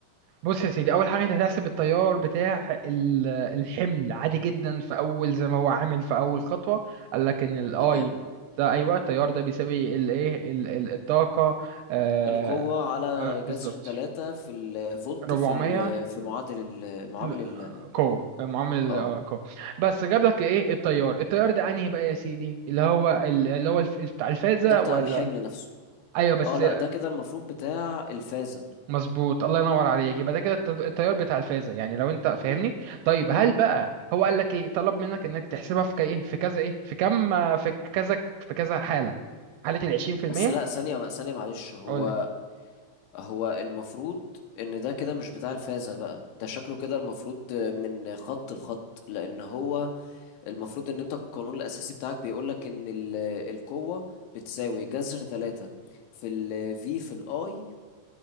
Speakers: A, on the right; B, on the left.
A: بص يا سيدي اول حاجه انت هتحسب التيار بتاع ال- الحمل عادي جدا في اول زي ما هو عامل في اول خطوه قال لك ان الاي
B: تمام
A: ده ايوه التيار ده بيساوي الايه الطاقه آه
B: القوة على
A: آه،
B: جذر
A: بالظبط
B: ثلاثة في الفولت
A: 400
B: في ال في معادل ال معامل
A: ال-
B: ال
A: قوة معامل ال-
B: اه
A: اه قوة بس جاب لك ايه التيار التيار ده انهي بقى يا سيدي اللي هو ال- اللي هو الف- بتاع الفازة
B: ده بتاع
A: ولا
B: الحمل نفسه
A: ايوه بس
B: اه لا ده كده المفروض بتاع الفازة
A: مظبوط الله ينور عليك يبقى ده كده الت- التيار بتاع الفازة يعني لو انت فاهمني
B: مم.
A: طيب هل بقى هو قال لك ايه طلب منك انك تحسبها في ك- ايه في كذا ايه في كم في كذا في كذا حالة حالة ال 20%
B: بس لا ثانية ثانية معلش هو
A: قول لي
B: هو المفروض ان ده كده مش بتاع الفازة بقى ده شكله كده المفروض من خط لخط لان هو المفروض ان انت القانون الاساسي بتاعك بيقولك ان ال- القوة بتساوي جذر ثلاثة في ال V في ال I